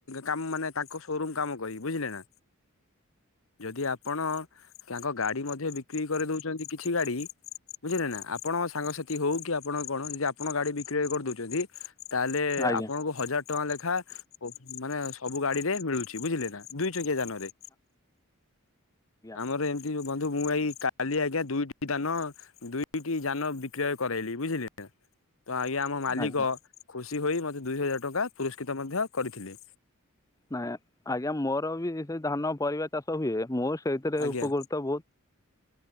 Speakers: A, on the left; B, on the left.
A: କାମ ମାନେ ତାଙ୍କ ସୋରୁମ କାମ କରି ବୁଝିଲେ ନା। ଯଦି ଆପଣ ତାଙ୍କ ଗାଡି ମଧ୍ୟ ବିକ୍ରି କରିଦଉଚନ୍ତି କିଛି ଗାଡି ବୁଝିଲେ ନା ଆପଣ ସାଙ୍ଗସାଥି ହଉ କି ଆପଣଙ୍କ କଣ ଯଦି ଆପଣ ଗାଡି ବି ବିକ୍ରୟ କରିଦଉଚନ୍ତି ତାହେଲେ
B: ଆଜ୍ଞା
A: ଆପଣଙ୍କୁ ହଜାର ଟ ଟଙ୍କା ଲେଖା ମାନେ ସବୁ ଗାଡିରେ ମିଳୁଚି ବୁଝିଲେ ନା ଦୁଇ ଚକିଆ ଯାନରେ।
B: ଆଜ୍ଞା
A: ଆମର ଏମିତି ବନ୍ଧୁ ମୁଁ ଭାଇ କାଲି ଆଜ୍ଞା ଦୁଇଟି ଦାନ ଦୁଇଟି ଯାନ ବିକ୍ରୟ କରାଇଲି ବୁଝିଲି ନା ତ ଆଜ୍ଞା ଆମ ମାଲିକ
B: ଆଜ୍ଞା
A: ଖୁସି ହୋଇ ମୋତେ ଦୁଇ ହଜାର ଟଙ୍କା ପୁରସ୍କୃତ ମଧ୍ୟ କରିଥିଲେ।
B: ନାଇଁ ଆଜ୍ଞା ମୋର ବି ସେ ଧାନ ପରିବା ଚାଷ ହୁଏ ମୁଁ ସେଇଥିରେ
A: ଆଜ୍ଞା
B: ଉପକୃତ ବହୁତ